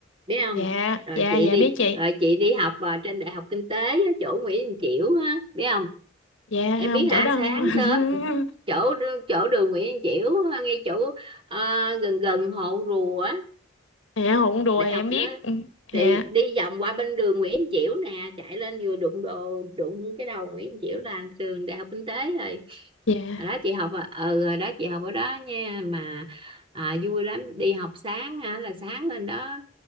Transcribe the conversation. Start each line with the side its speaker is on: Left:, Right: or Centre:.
Right: Biết không
Left: dạ
Right: Rồi
Left: dạ
Right: chị
Left: dạ
Right: đi
Left: biết chị
Right: Rồi chị đi học ờ, trên Đại học Kinh tế ở Chỗ Nguyễn Đình Chiểu á Biết không
Left: dạ
Right: Em
Left: không
Right: biết
Left: chỗ
Right: hả
Left: đó
Right: sáng
Left: không <laughs>
Right: sớm ừ, Chỗ chỗ đường Nguyễn Đình Chiểu Ngay chỗ ờ, gần gần Hồ Rùa á
Left: dạ hụn đùa
Right: Đại
Left: thì
Right: học
Left: em
Right: ờ,
Left: biết Ừ,
Right: thì
Left: dạ
Right: đi vòng qua bên đường Nguyễn Chiểu nè chạy lên vừa đụng đồ đụng cái đầu Nguyễn Chiểu là trường đại học kinh tế rồi
Left: dạ
Right: hồi đó chị học ở ừ, hồi đó chị học ở đó nha mà à, vui lắm đi học sáng hả là sáng lên đó